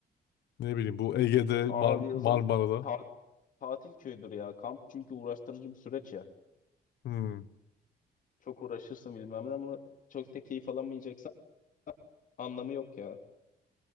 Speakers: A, on the left; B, on the left.
A: Ne bileyim bu Ege'de Mar
B: Abi
A: Marmara'da.
B: o zaman ta- tatil köyüdür ya kamp. Çünkü uğraştırıcı bir süreç ya.
A: Hmm.
B: Çok uğraşırsın bilmem ne ama çok da keyif alamayacaksan anlamı yok ya.